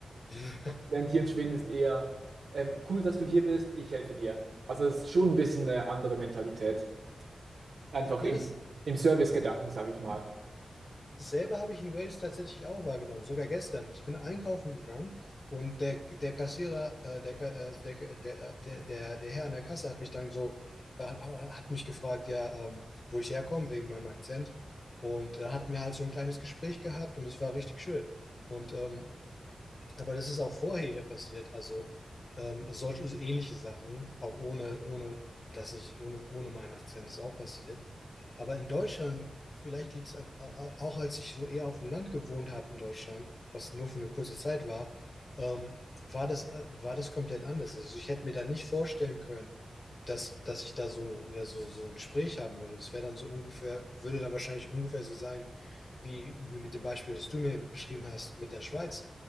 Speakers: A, on the left (about 45°); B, on the right (about 75°).
A: <laughs>
B: Denn hier in Schweden ist eher ähm, cool, dass du hier bist, ich helfe dir. Also es ist schon ein bisschen eine andere Mentalität. Einfach
A: Ja,
B: im,
A: das,
B: im Service-Gedanken, sage ich mal.
A: Dasselbe habe ich in Wales tatsächlich auch wahrgenommen, sogar gestern. Ich bin einkaufen gegangen und der, der Kassierer, äh, der, Ka- äh, der, der, der, der, der Herr an der Kasse hat mich dann so, äh, hat mich gefragt, ja, ähm, wo ich herkomme, wegen meinem Akzent. Und da hatten wir halt so ein kleines Gespräch gehabt und es war richtig schön. Und ähm, aber das ist auch vorher hier passiert. Also ähm, solche also ähnliche Sachen, auch ohne, ohne, dass ich, ohne, ohne meinen Akzent ist auch passiert. Aber in Deutschland, vielleicht liegt es auch, als ich so eher auf dem Land gewohnt habe in Deutschland, was nur für eine kurze Zeit war, ähm, war das, äh, war das komplett anders. Also ich hätte mir da nicht vorstellen können, dass, dass ich da so, ja, so, so ein Gespräch haben würde. Das wäre dann so ungefähr, würde dann wahrscheinlich ungefähr so sein, wie, wie mit dem Beispiel, das du mir beschrieben hast, mit der Schweiz